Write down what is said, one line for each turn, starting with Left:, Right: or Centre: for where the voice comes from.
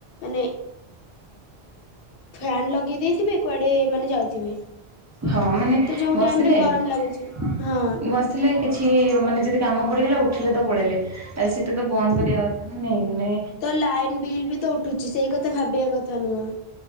Left: ମାନେ ଫ୍ୟାନ୍ ଲଗେଇ ଦେଇଥିବେ କୁଆଡ଼େ ମାନେ ଯାଉଥିବେ।
Right: ହଁ ମାନେ
Left: ତ ଯୋଉ
Right: ବସିଲେ
Left: ଟାଇମରେ ଗରମ
Right: ବସ
Left: ଲାଗୁଛି ହଁ।
Right: ଆସିଲେ କିଛି ମାନେ ଯଦି କାମ ପଡିଗଲା ଉଠିଲେ ତ ପଳେଇଲେ। ଆ ସେଇଟା ତ ବନ୍ଦ କରିବା କଥା ନା ନାଇଁ ନେ
Left: ତ ଲାଇନ୍ ବିଲ୍ ବି ତ ଉଠୁଚି ସେଇ କଥା ଭାବିବା କଥା ନୁହଁ।